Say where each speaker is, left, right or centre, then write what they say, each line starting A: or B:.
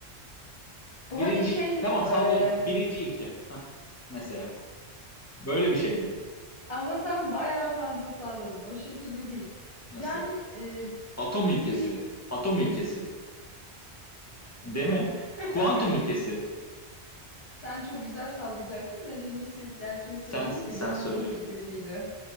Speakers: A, on the left (about 35°); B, on the left (about 20°).
A: Bu
B: Birinci
A: hani şey
B: tamam sallıyorum.
A: e,
B: Birinci ilke. Hah, mesela. Böyle bir şey mi?
A: ama sen bayağı fazla salladın. O şekilde değil.
B: Nasıl?
A: Yani e,
B: Atom ilkesi.
A: bir
B: Atom ilkesi. Değil mi?
A: <laughs>
B: Kuantum ilkesi.
A: sen çok güzel sallayacaksın. Ben en iyisi gerçeği söyleyeyim.
B: Sen sen
A: Belirsizlik
B: söyle.
A: ilkesiydi.